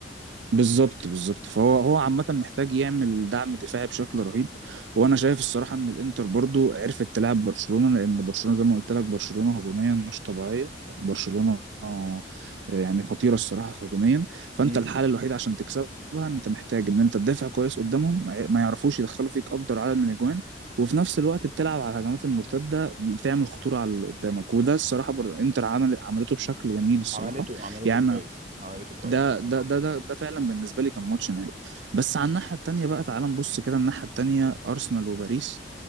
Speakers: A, on the right (about 75°); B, on the right (about 40°).
A: بالظبط بالظبط فهو هو عامة محتاج يعمل دعم دفاعي بشكل رهيب وانا شايف الصراحة ان الانتر برضو عرفت تلعب برشلونة لان برشلونة زي ما قلت لك برشلونة هجوميا مش طبيعية برشلونة آه، يعني خطيرة الصراحة في هجوميا فانت
B: امم
A: الحالة الوحيدة عشان تكسبها انت محتاج ان انت تدافع كويس قدامهم ما ما يعرفوش يدخلوا فيك اكتر عدد من الاجوان وفي نفس الوقت بتلعب على الهجمات المرتدة بتعمل خطورة على اللي قدامك وده الصراحة بر... انتر عمل عملته بشكل جميل الصراحة
B: عملته عملته
A: يعني
B: كويس عملته كويس
A: ده
B: بصراحة
A: ده ده ده ده فعلا بالنسبه لي كان ماتش نهائي بس على الناحيه التانيه بقى تعال نبص كده الناحيه التانيه ارسنال وباريس